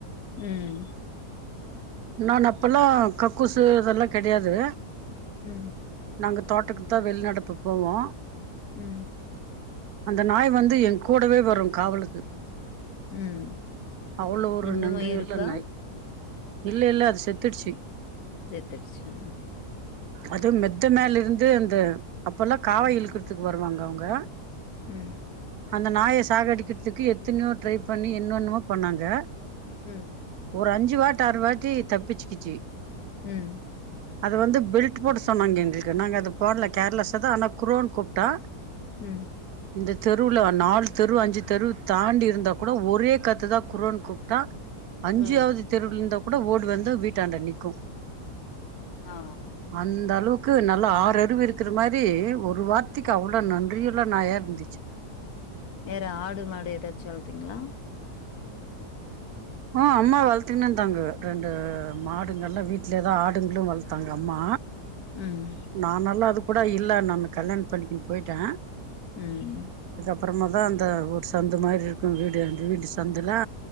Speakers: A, on the left; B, on the right.
A: உம்
B: நான் அப்பெல்லா கக்கூசு இதெல்லா கெடையாது
A: உம்
B: நாங்க தோட்டக் அத்த வெளிநடப்பு போவோ
A: ம்
B: அந்த நாய் வந்து எங்க் கூடவே வரு காவலுக்கு
A: உம்
B: அவ்ளோ ஒரு
A: இன்னுவு
B: நன்றியுள்ள
A: இருக்கா
B: நாய் இல்ல இல்ல அது செத்துடுச்சு
A: ஜெத்துடுச்சா
B: அதும் மெத்த மேல இருந்து அப்பல்லா காவ இழுக்குற்துக்கு வர் வருவாங்க அவ்ங்க
A: ம்
B: அந்த நாயஸ் சாக அடிக்கிற்துக்கு எத்தனையோ ட்ரை பண்ணி என்னொன்மோ பண்ணாங்க
A: ம்
B: ஒரு அஞ்சு வாட் ஆறு வாட்டி தப்பிச்சுகிச்சு
A: ம்
B: அது வந்து பெல்ட் போட சொன்னாங்க எங்ளுக்கு நாங் அது போட்ல கேர்லஸதா அன குரோன் கூப்ட்டா
A: ம்
B: இந்த தெருவ்ல நாலு தெரு அஞ்சு தெரு தாண்டி இருந்தா கூட ஒரே கத்து தா குரோன் கூப்ட்டா அஞ்சியாவ்து
A: ம்
B: தெருவ்ல இருந்தா கூட ஓடு வந்து வீட்டாண்ட நிக்கு
A: ஆ
B: அந்த அளுவுக் கு நல்லா ஆறற் றிவு இருக்குறு மாரி ஒரு வார்த்திக்கு அவ்ளோ நன்றி உள்ள நாயா இருந்
A: வேற ஆடு மாடு எதாச்சு திங்ளா
B: ஓ அம்மா வள்த்தின்னு இந்தாங்க ரெண்டு மாடுங்கல்லாம் வீட்டுல தா ஆடுங்ளு வள்த்தாங்க அம்மா
A: ம்
B: நானல்லா அதுக் கூட இல்ல நம்ம கல்யாண பண்க்கின் பொய்ட்ட
A: ம்
B: அப்புறமாதா அந்த ஒர் சந்து மாரி இருக்கு வீடு அந்த வீடு சந்துல்லா